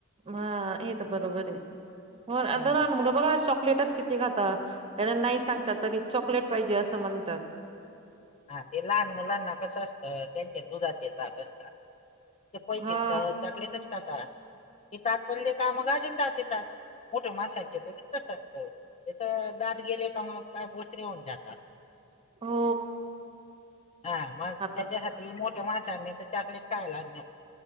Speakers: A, on the right; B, on the left.
A: हा येत बरोबर आहे, आता
B: हम्म
A: लहान मुलं बघा- चॉकलेटच किती खातात त्यांना नाही सांगतल तरी, चॉकलेट पाहिजे असं म्हणतात.
B: हा ते लहान मुलांना कसं असतं त्यांच्या दुधाचे जात असतात. पहिली
A: हा
B: तर चॉकलेटच खाता, की दात पडले का मग अजून दास येतात. मोठे माणसां घेतो त तस असतो तेथ दात गेले का मग काय बोचरे होऊन जातात.
A: हो
B: हा मग
A: आपण
B: त्यांच्यासाठी मोठ्या माणसाांनी तर चाकलेट खयलाच नाको.